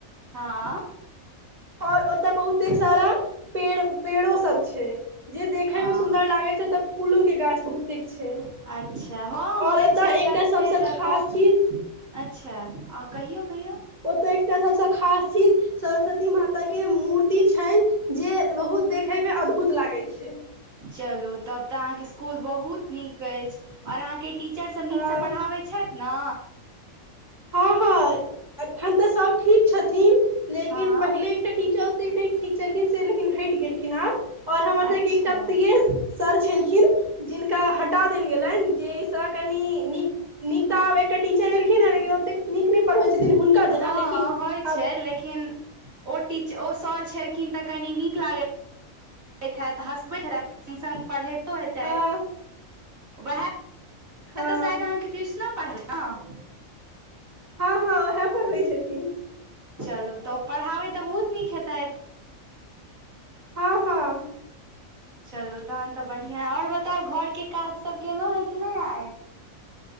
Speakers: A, on the right; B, on the right.
A: हँ
B: और ओतय बहुतेक सारा पेड़ पेड़ो सब छै जे देखे
A: हँ
B: में सुन्दर लागे छै तऽ फूलो के गाछ बहुतेक छै
A: अच्छा हँ होइ
B: और ओतय
A: छै
B: एकटा
A: कते
B: सबसे
A: जगह
B: खास चीज
A: अच्छा आ कहियौ कहियौ
B: ओतऽ एकटा सबस खास चीज सरस्वती माता के मूर्ति छनि जे बहुत देखै मे अद्भुत लागै छै
A: चलू तब तऽ अहाँके स्कुल बहुत नीक अछि और अहाँके टीचर सब
B: हँ
A: नीकसँ पढ़ाबै छथि न
B: हँ हँ एखन तऽ सब ठीक छथिन लेकिन
A: हँ
B: पहिले एकटा टीचर नै ठीक छलखिन से लेकिन हटि गेलखिन आब और हमर
A: अच्छा
B: सबके एकटा प्रियेश सर छलखिन जिनका हटा देल गेलनि जैसँ कनि नीक नीक तऽ आब एकटा टीचर एलखिन लेकिन ओतेक नीक नै पढ़बै छथिन हुनका जेना
A: हँ
B: लेकिन
A: होइ छै
B: आब
A: लेकिन ओ टीच ओ सर छलखिन तऽ कनी नीक लागै त हैत हसबैत हैत संग संग पढ़े तो हैतेत
B: हँ
A: वहै
B: हँ
A: त शायद अहांके ट्यूशनो पढ़ाबै छैथ न
B: हँ हँ वहै पढ़बै छथिन
A: चलू तऽ ओ पढ़ाबै तऽ बहुत नीक हेतैत
B: हँ हँ
A: चलू तहन तऽ बढ़िया यै और बताउ घरके काज सभ केलहुँ हैं कि नहि आइ